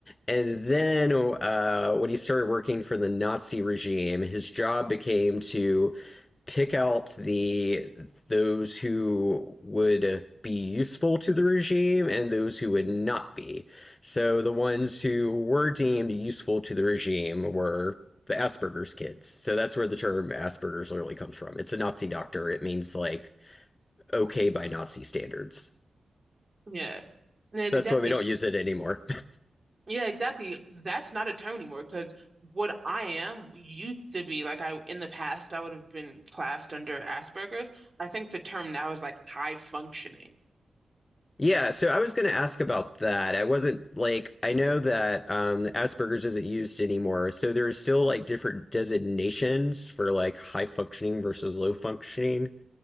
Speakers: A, on the left; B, on the right.
A: And then uh, when he started working for the Nazi regime, his job became to pick out the those who would be useful to the regime and those who would not be. So the ones who were deemed useful to the regime were the Asperger's kids. So that's where the term Asperger's literally comes from. It's a Nazi doctor. It means like okay by Nazi standards.
B: Yeah. And then
A: So
B: exactly,
A: that's why we
B: it's
A: don't use it anymore. <laughs>
B: Yeah, exactly. That's not a term anymore because what I am used to be like I in the past I would have been classed under Asperger's. I think the term now is like high functioning.
A: Yeah, so I was going to ask about that. I wasn't like I know that um, Asperger's isn't used anymore, so there's still like different designations for like high functioning versus low functioning.